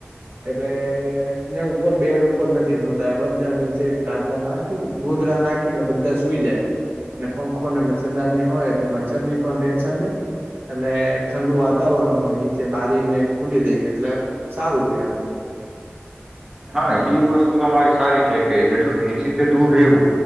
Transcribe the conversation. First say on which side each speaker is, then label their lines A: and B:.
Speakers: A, on the right (about 60°); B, on the right (about 15°).
A: એટલે ને ઉપર બેડ ઉપર નથી સુતા બધા નીચે ગાદલા નાખી ગોધડા નાખીને બધા સુઈ જાય. ને પંખો ને મચ્છરદાનની હોય એટલે મચ્છર ની પણ ટેન્શન નહી. અને ઠંડુ વાતાવરણ હોય. નીચે બારીને એ ખુલી દઈએ એટલે સારું રે એમ
B: હા એ વસ્તુ તમારી સારી છે કે, જેટલું એસી દૂર રહેવું,